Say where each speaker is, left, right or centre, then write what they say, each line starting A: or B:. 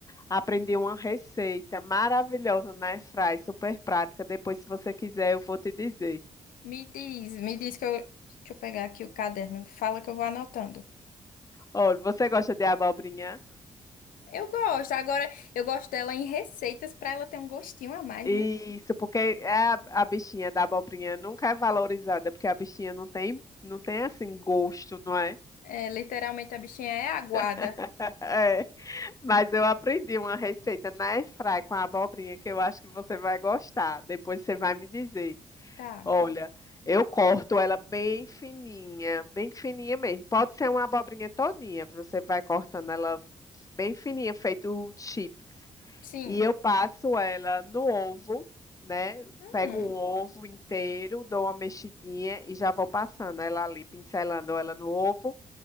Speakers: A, on the left; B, on the left.
A: aprendi uma receita maravilhosa na airfry, super prática. Depois, se você quiser, eu vou te dizer.
B: Me diz, me diz que eu. Deixa eu pegar aqui o caderno. Fala que eu vou anotando.
A: Olha, você gosta de abobrinha?
B: Eu gosto. Agora, eu gosto dela em receitas pra ela ter um gostinho a mais,
A: Isso,
B: né?
A: porque é a, a bichinha da abobrinha nunca é valorizada, porque a bichinha não tem, não tem assim gosto, não é?
B: É, literalmente a bichinha é aguada.
A: <laughs> Mas eu aprendi uma receita na airfry com a abobrinha que eu acho que você vai gostar. Depois você vai me dizer.
B: Tá.
A: Olha, eu corto ela bem fininha, bem fininha mesmo. Pode ser uma abobrinha todinha, você vai cortando ela bem fininha, feito chips.
B: Sim.
A: E eu passo ela no ovo, né?
B: Hum.
A: Pego um ovo inteiro, dou uma mexidinha e já vou passando ela ali, pincelando ela no ovo